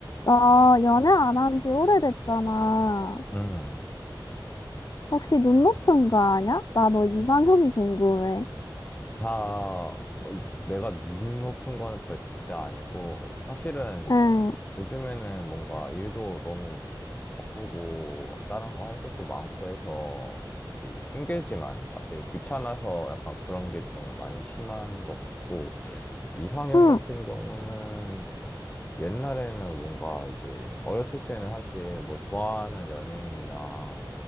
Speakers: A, on the left; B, on the left.
A: 아, 연애 안 한 지 오래됐잖아.
B: 음,
A: 혹시 눈 높은 거 아냐? 나 너 이상형이 궁금해.
B: 다, 어, 내가 눈 높은 거는 절대 아니고, 사실은
A: 응,
B: 요즘에는 뭔가 일도 너무 바쁘고, 다른 거 할 것도 많고 해서, 이제 핑계지만, 사실 귀찮아서 약간 그런 게 좀 많이 심한 것 같고, 이상형
A: 응,
B: 같은 경우는 옛날에는 뭔가 이제 어렸을 때는 사실 뭐 좋아하는 연예인이나